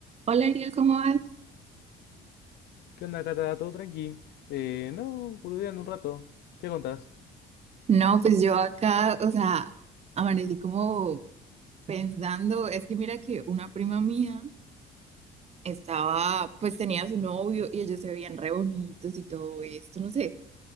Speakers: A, on the right; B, on the left.
A: Hola Ariel, ¿cómo vas?
B: ¿Qué onda, Cata? ¿Todo tranqui? Eh, no, boludeando un rato. ¿Qué contás?
A: No, pues yo acá, o sea, amanecí como pensando, es que mira que una prima mía estaba, pues tenía a su novio y ellos se veían re bonitos y todo esto, no sé,